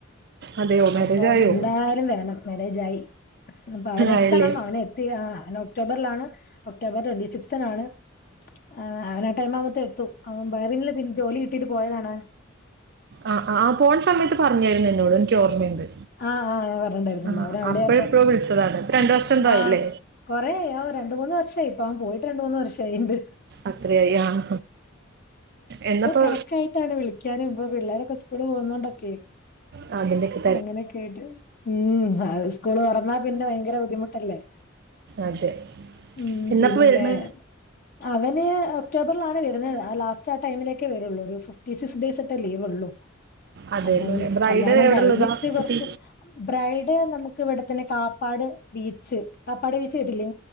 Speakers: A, on the right; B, on the left.
A: അതെയോ മാരേജ്
B: അപ്പം
A: ആയോ
B: എന്തായാലും വേണം. മാരേജായി അപ്പൊ അവനെത്തണം
A: ആയല്ലേ
B: അവൻ എ ത്തി ആ അവൻ ഒക്ടോബറിലാണ്. October twenty സിക്സ്തിനാണ്. ആഹ് അവൻ ആ ടൈം ആവുമ്പോ ത്തിന് എത്തും. അവൻ ബഹ്‌റൈനില് ജോലി കിട്ടിയിട്ട് പോയതാണ്.
A: ആഹ് ആ പോണ സമയത്ത് പറഞ്ഞായിരുന്നു എന്നോട്. എനിക്ക് ഓർമ്മയുണ്ട്.
B: ആഹ് ആ. വരാന്ന് പറഞ്ഞിട്ടുണ്ടായിരുന്നല്ലേ.
A: ആ
B: അവൻ എവിടെയാ
A: അപ്പോഴെപ്പോഴോ
B: അപ്പൊ.
A: വിളിച്ചതാണ് ഇപ്പൊ രണ്ടു വർഷം എന്തായില്ലേ
B: ആ കൊറേ ആയി രണ്ട് മൂന്ന് വർഷായി. ഇപ്പൊ അവൻ പോയിട്ട് രണ്ട് മൂന്ന് വർഷായിട്ട്ണ്ട്.
A: അത്രയായി ആഹ് എന്നപ്പോ,
B: തിരക്കായിട്ടാണ് വിളിക്കാന് ഇപ്പൊ പിള്ളേരൊക്കെ സ്കൂള് പോകുന്നത് കൊണ്ടൊക്കെ.
A: ആ അതിന്റൊക്കെ.
B: അങ്ങനെയൊക്കെ ആയിട്ട്. ഉം സ്കൂള് തൊറന്നാ പിന്നെ ഭയങ്കര ബുദ്ധിമുട്ടല്ലേ.
A: അതെ
B: ഉം
A: എന്നൊക്കെ
B: പിന്നെ.
A: വരണ്
B: അവന് ഒക്ടോബറിലാണ് വരുന്നത്. ആ ലാസ്റ്റ് ആ ടൈമിലൊക്കെ വരുള്ളൂ. ഒരു സ ഫിഫ്റ്റി സിക്സ് ഡേയ്സ് ഒക്കെ ലീവ് ഉള്ളു.
A: അതെ
B: അപ്പം
A: ഉള്ളൂ അല്ലേ ബ്രൈഡ്
B: കല്യാണം
A: എവിടെ
B: കഴിഞ്ഞിട്ട്,
A: ഉള്ളതാ
B: കുറച്ച്
A: കുട്ടി
B: ബ്രൈഡ് നമുക്ക് ഇവിടെ തന്നെ കാപ്പാട് ബീച്ച്. കാപ്പാട് ബീച്ച് കേട്ടിട്ടില്ലേ?